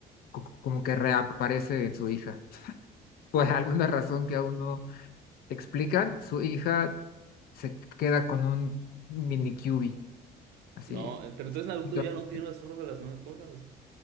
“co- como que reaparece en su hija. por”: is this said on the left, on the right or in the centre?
Left